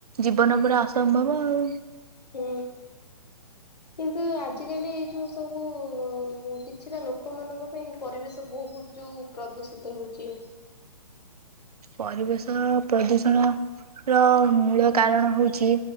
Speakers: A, on the right (about 70°); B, on the left (about 80°).
A: ଜୀବନ ପୁରା ଅସମ୍ଭବ ଆଉ।
B: ହୁଁ। କିନ୍ତୁ ଆଜିକାଲି ଏଇ ଯଉ ସବୁ ଉଁ କିଛିଟା ଲୋକମାନଙ୍କ ପାଇଁ ପରିବେଶ ବହୁତ ଯୋଉ ପ୍ରଦୂଷିତ ହେଉଚି।
A: ପରିବେଶ ପ୍ରଦୂଷଣ ର ମୂଳ କାରଣ ହଉଚି